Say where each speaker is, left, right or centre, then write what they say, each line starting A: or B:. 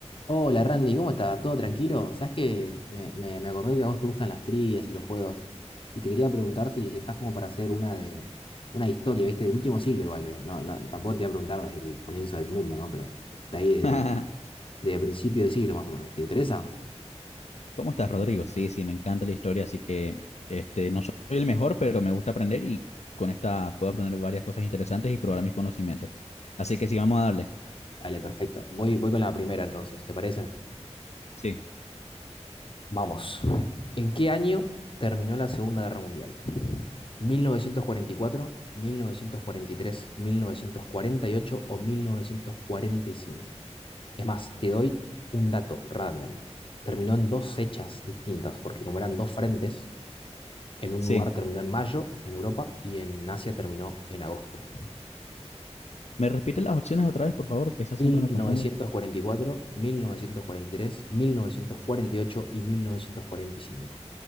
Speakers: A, on the left; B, on the left.
A: Hola Randy, ¿cómo estás? ¿Todo tranquilo? Sabes que me, me, me acordé que a vos te gustan las trivias y los juegos y te quería preguntar si, si estás como para hacer una de una historia, ¿viste? Del último siglo igual, eh. No, no, tampoco te voy a preguntar desde el comienzo del mundo, ¿no? Pero de ahí desde,
B: <laughs>
A: desde principio del siglo más o menos. ¿Te interesa?
B: ¿Cómo estás, Rodrigo? Sí, sí, me encanta la historia, así que este, no soy el mejor, pero me gusta aprender y con esta puedo aprender varias cosas interesantes y probar mis conocimientos. Así que sí, vamos a darle.
A: Dale, perfecto. Voy, voy con la primera entonces, ¿te parece?
B: Sí,
A: Vamos. ¿En qué año terminó la Segunda Guerra Mundial? Mil mil mil novecientos novecientos novecientos cuarenta cuarenta y y cuatro, tres, mil novecientos cuarenta y ocho o 1945. Es más, te doy un dato random. Terminó en dos fechas distintas, porque como eran dos frentes, en un
B: sí.
A: lugar terminó en mayo, en Europa, y en Asia terminó en agosto.
B: ¿Me repite las opciones otra vez, por favor? Que esa
A: 1944,
B: siempre me confunde.
A: 1943, 1948 y 1945.